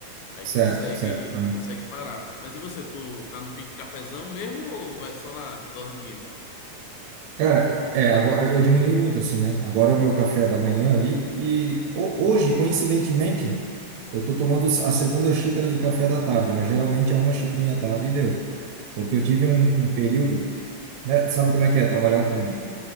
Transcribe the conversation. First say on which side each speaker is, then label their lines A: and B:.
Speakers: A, on the left; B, on the right.
A: Aí
B: Certo,
A: consegue,
B: certo.
A: consegue parar. Mas e você, tu tá no pique cafezão mesmo ou vai só na dosezinha?
B: Cara, é, agora eu diminui muito assim, né? Agora é o meu café da manhã ali e ho- hoje, coincidentemente, eu tô tomando a segunda xícara de café da tarde, mas geralmente é uma xicrinha à tarde e deu. Porque eu tive um, um período, né? Sabe como é que é trabalhar com,